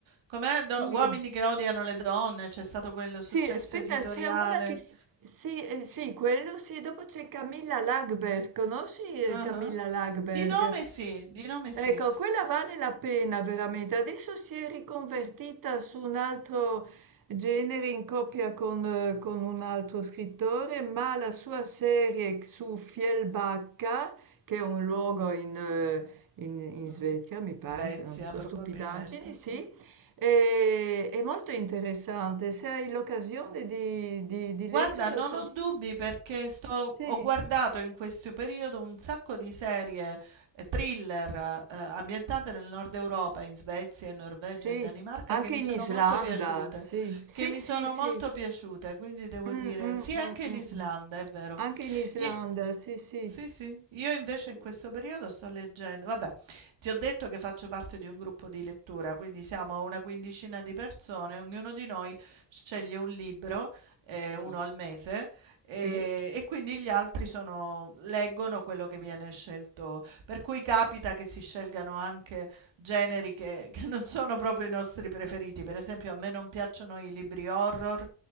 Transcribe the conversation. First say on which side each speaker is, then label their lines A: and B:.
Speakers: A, on the right; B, on the right.
A: com'è?
B: sì.
A: Do- uomini che odiano le donne, c'è stato quel
B: Sì,
A: successo
B: aspetta,
A: editoriale.
B: c'è una che... si- Sì, eh, sì, quello sì, dopo c'è Camilla Lagerberg, conosci eh,
A: Ah,
B: Camilla Lagerberg?
A: Di nome sì, di nome
B: Ecco,
A: sì.
B: quella vale la pena veramente. Adesso si è riconvertita su un altro genere in coppia con, eh, con un altro scrittore, ma la sua serie su Fjällbacka, che è un luogo in, eh, in- in
A: Mm.
B: Svezia, mi pare,
A: Svezia
B: se non dico
A: probabilmente,
B: stupidaggini, sì,
A: sì.
B: è, è molto interessante. Se hai l'occasione di, di, di
A: Guarda,
B: leggerlo,
A: non
B: so-
A: ho dubbi perché sto,
B: sì,
A: ho guardato in questo periodo un sacco di serie eh, thriller eh, ambientate nel nord Europa, in Svezia, in Norvegia,
B: sì,
A: in Danimarca,
B: anche
A: che mi
B: in
A: sono
B: Islanda,
A: molto piaciute,
B: sì, sì,
A: che mi
B: sì,
A: sono
B: sì.
A: molto piaciute, quindi devo
B: Mh,
A: dire,
B: mh,
A: sì, anche
B: mh,
A: in
B: mh,
A: Islanda,
B: mh.
A: è vero.
B: Anche in Islanda,
A: Io-
B: sì, sì.
A: sì, sì, io invece
B: Sì,
A: in questo periodo sto leggendo, vabbè, ti ho detto che faccio parte di un gruppo di lettura, quindi siamo una quindicina di persone, ognuno di noi sceglie un libro eh,
B: sì,
A: uno al mese, e,
B: Sì.
A: e quindi gli altri sono- leggono quello che viene scelto. Per cui capita che si scelgano anche generi che, che non sono proprio i nostri preferiti. Per esempio, a me non piacciono i libri horror.